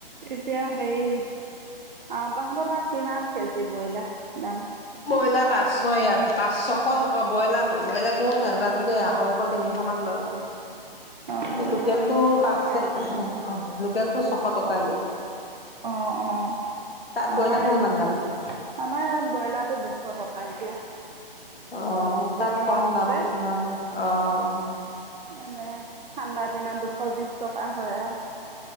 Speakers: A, on the right; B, on the left.
A: এতিয়া সেই অ', তহনতৰতাত কিমান কেজি বইলাৰ দাম?
B: ব্ৰইলাৰ পাঁচশ ইয়াত পাঁচ ছশ ব্ৰইলাৰো- ব্ৰইলাৰ নাজানো দেই আঢ়ৈশ তিনিশ মান লয়?
A: অ
B: লোকেলটো
A: আমাৰ ইয়াত দুশ
B: পাঁচশত
A: টকা এতিয়া।
B: হ ', অহ', লোকেলটো ছশ টকা ইয়াত।
A: অ', - অ ',
B: তাত ব্ৰইলাৰটো
A: আমাৰ ইয়াত
B: কিমান
A: আহ
B: দাম
A: ', আমাৰ ইয়াত ব্ৰইলাৰটো দুশ টকা এতিয়া।
B: অহ ', তাত
A: গৰমৰ
B: কম
A: দিন
B: দাম
A: যে
B: তো কাৰনে অহ ',
A: মানে? ঠাণ্ডাৰ দিনত দুশ বিশ টকা হয় আৰু